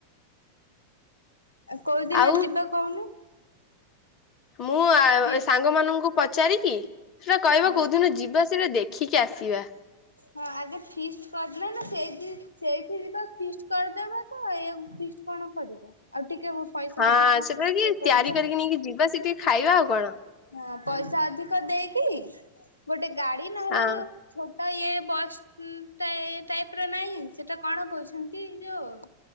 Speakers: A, on the left; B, on the left.
A: କୋଉଦିନ
B: ଆଉ
A: ଯିବା କହୁନୁ।
B: ମୁଁ
A: ଫି
B: ସାଙ୍ଗ ମାନଙ୍କୁ ପଚାରିକି ସେଟା କହିବ
A: ହଁ
B: କୋଉଦିନ ଯିବା ସେଇଟା ଦେଖ ଦେଖିକି ଆସିବା।
A: ହଁ ଆଗେ ଫିଷ୍ଟ କରିିଦେଲନା ସେଇଠି। ସେଇଠି ଯିବା ଫିଷ୍ଟ କରିଦବା ତ ଏଇଆକୁ ଫିଷ୍ଟ କଣ କରିବା ଆଉ ଟିକେ ପଇସା
B: ହଁ
A: ଅଧିକ
B: ସେଗୁଡାକି
A: ଇଏ କରିଦେବା।
B: ତିଆରି କରିକି ନେଇକି ଯିବା ସେଠି ଖାଇବା ଆଉ କଣ।
A: ହଁ ପଇସା ଅଧିକ ଦେଇକି ଗୋଟେ ଗାଡି ନହେଲେ
B: ହଁ
A: ଯୋଉ ଛୋଟ ଇଏ ବସ୍ ଉଁ ଟାଇ ଟାଇପ ର ନାହିଁ ସେଟା କଣ କହୁଛନ୍ତି ଏ ଯୋଉ